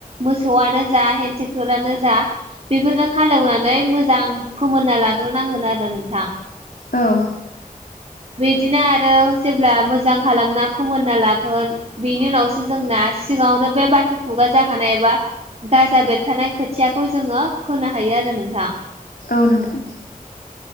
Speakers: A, on the right; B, on the left.
A: मोसौआनो जा हेन्द टेक्टरानो जा बेफोरजों हालेवनानै मोजां फोमोनना लाग्रोनांगोन आरो नोंथां।
B: औ
A: बिदिनो आरो जेब्ला मोजां खालामना फोमोनना लागोन बेनि उनावसो जोंना सिगावनो बे बाथ' खुगा जाखानाय एबा गाजा बेरखानाय खोथियाखौ जोङो फोनो हायो आरो नोंथां।
B: औ नोंथां।